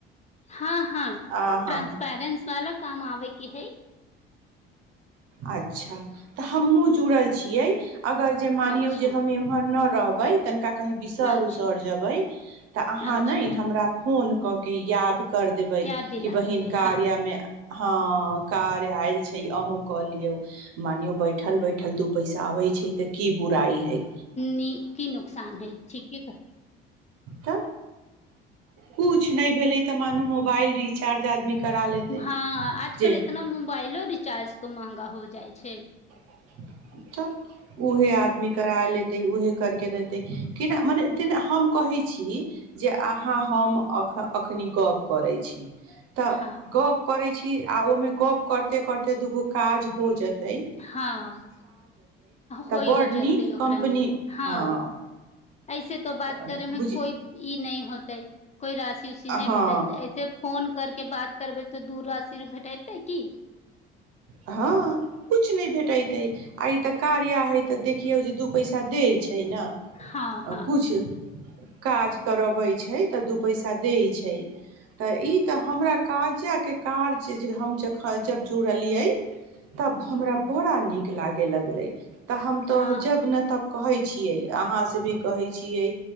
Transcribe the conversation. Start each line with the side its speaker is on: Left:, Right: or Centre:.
Left: हां हां
Right: अहाँ
Left: ट्रांसपैरेंस वाला काम आबेक कि हइ
Right: अच्छा तऽ हमहूँ जुड़ल छियै अगर जे मानियो
Left: अच्छा
Right: जे हम एम्हर न रहबै तन कंही बिसैर
Left: अच्छा
Right: उसैर जबै तो आहां
Left: अच्छा
Right: न
Left: अच्छा
Right: हमरा फोन क क के याद कर देबै
Left: याद
Right: कि
Left: दिला
Right: बहिन
Left: देबै
Right: कार्या
Left: हँ
Right: में हँ कार्य आयल छैय अंहू कऽ लियौ मानियो बैठल बैठल दू पैसा आबै छैय तऽ की बुराइ हैइ
Left: नी की नुकसान हैई ठिके कह
Right: त कुछ नई भेलै तऽ मानू मोबाइल रिचार्ज आदमी करा लेतै
Left: हां आजकल
Right: जे
Left: इतना मोबाइलो रिचार्ज तो महंगा हो जाइ छैय।
Right: <inaudible> तब उहे आ आदमी करा लेतै उहे करिके देतै केना मने तेना हम कहैत छी जे अहाँ हम अखनी गप करै छी तऽ
Left: हँ
Right: गप करै छी आ ओहिमे गप करते करते दूगो काज हो जतै
Left: हाँ होइयो
Right: बड़
Left: जेतै
Right: नीक
Left: ओकरा
Right: कम्पनी
Left: मे हाँ
Right: हँ
Left: ऐसे त बात
Right: तऽ
Left: करे मे
Right: बुझि
Left: कोइ ई नहि होतइ कोई राशि उशि नहि
Right: हँ
Left: भेटेत ऐते फोन कर के बात करबे तो दूर राशि भेटत तै की
Right: हाँ कुछ नहि भेटैत यै आइ तऽ कार्या हय ते देख केउ जे दू पैसा देय छैय छै ने
Left: हँ हँ
Right: कुछ काज करबै छैय तऽ दू पैसा दैत छैय तऽ ई तऽ हमरा कार्या के कर्ज जे हम ख जब जुड़लियै तब हमरा
Left: जी
Right: बड़ा नीक लागे लगलै तऽ हम
Left: हँ
Right: तो जब ने तब कहै छियै अहाँसँ भी कहै छियै